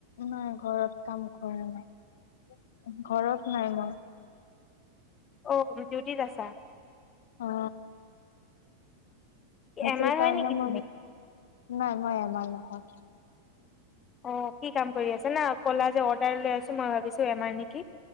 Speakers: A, on the left; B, on the left.
A: উম ঘৰত কাম কৰে নাই ঘৰত নাই মই।
B: অঔ ডিউটিত আছা।
A: অ। হেত
B: এম আৰ
A: কাৰ
B: হয়
A: ন
B: নেকি
A: ম
B: তুমি?
A: নাই মই এমানাৰ নহও।
B: অ কি কাম কৰি আছছে না ক'লা যে অৰ্ডাৰ লৈ আছো মই ভাবিছো এমাৰ নেকি।